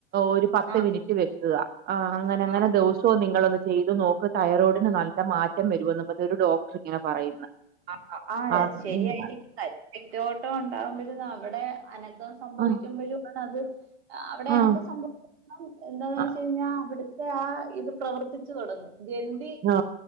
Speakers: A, on the right (about 30°); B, on the right (about 65°).
A: ഒരു പത്ത്
B: ആ
A: മിനിറ്റ് വെക്കുക ആഹ് അങ്ങനെ അങ്ങനെ
B: ആ
A: ദിവസവും നിങ്ങള ഒന്ന് ചെയ്തു നോക്ക് തൈറോയിഡിന് നല്ല മാറ്റം വരുമെന്ന് ഒരു ഡോക്ടർ ഇങ്ങനെ പറയുന്നു
B: ആ ആഹ്
A: ആ
B: ശരിയായിരിക്കാം
A: ഉം
B: രക്ത ഓട്ടം ഉണ്ടാവുമ്പോഴന്ന് അവിടെ അനക്കം സംഭവിക്കുമ്പോഴും
A: ആ
B: ആണ് അത് അവിടെ
A: ആ
B: അനക്കം സംഭവ എന്താന്ന്
A: ആ
B: വെച്ച് കഴിഞ്ഞാൽ അവിടുത്തെ ആ ഇത് പ്രവർത്തിച്ചു തുടങ്ങും ഗ്രന്തി
A: ആ,